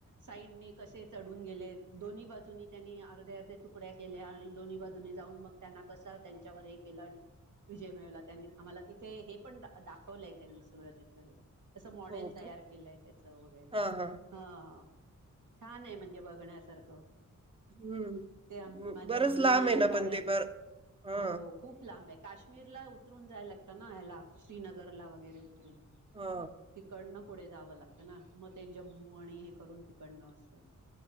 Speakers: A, on the right; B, on the right.
A: साईडने कशे चढून गेले दोन्ही बाजूनी त्यांनी अर्ध्या अर्धे तुकड्या केल्या आणि दोन्ही बाजू नी जाऊन मग त्यांना कस त्यांच्यावर हे केलं आणि विजय मिळवला त्यांनी आम्हाला तिथे हे पण दाखवलंय त्यांनी सगळं त्याच हे तस मॉडेल
B: हो
A: तयार
B: का
A: केलंय त्याच वगैरे
B: हा हा
A: हा छान आहे म्हणजे बघण्यासारखं
B: हम्म
A: ते माझ्या
B: बरंच
A: मुलीनी
B: लांब
A: आणि
B: आहे ना
A: जाव्या
B: पण ते बर हा
A: हो खूप लांब आहे काश्मीरला उतरून जायला लागतं ना ह्याला श्रीनगरला वगैरे उतरून
B: हा
A: तिकडनं पुढे जावं लागतं ना मग ते जम्मू आणि हे करून तिकडनं असं